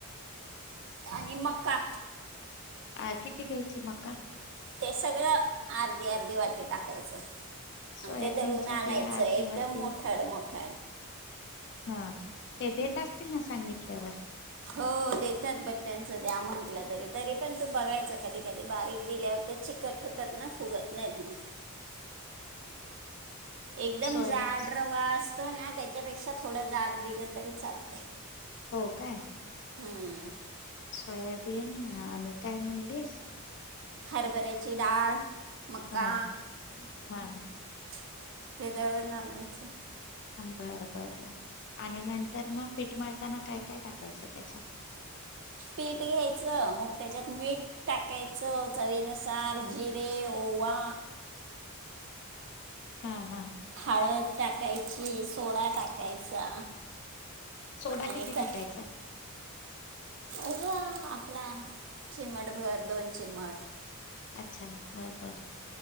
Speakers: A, on the right; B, on the left.
A: आणि मका.
B: अ किती घ्यायची मका.
A: ते सगळं अर्धी अर्धी वाटी टाकायचं.
B: सोयाबीनच्या
A: आणि ते दळून आणायचं
B: बिया अर्धी
A: एकदम
B: वाटी
A: मोठाड मोठाड.
B: हा ते देत असतील ना सांगितल्यावर.
A: हो देतात बट्ट्यांचं द्या म्हटलं तरी तरी पण तू बघायच कधी कधी बारीक दिल्या होते चिकट होत. त्यांना फुगत नाहीत म्हग.
B: ह.
A: <inaudible> एकदम
B: सोया
A: जाड. रवा असतो ना त्याच्यापेक्षा थोडं जाड दिलं तरी चालतं.
B: हो काय.
A: हम्.
B: सोयाबीन आणि काय म्हणलीस.
A: हरभऱेची डाळ मका.
B: हा हा
A: <inaudible> ते दळवर आणायचं.
B: बरं बर बर आणि नंतर मग पीठ मळताना काय काय टाकायचं त्याच्या.
A: पीठ घ्यायचं मग त्याच्यात मीठ. टाकायचं चवीनुसार जिरे ओवा.
B: हा हा.
A: हळद टाकायची सोडा टाकायचा.
B: सोडा
A: आणि
B: किती टाकायचा
A: क अगं आपला चिमट भर दोन चिमट.
B: अच्छा बरबर.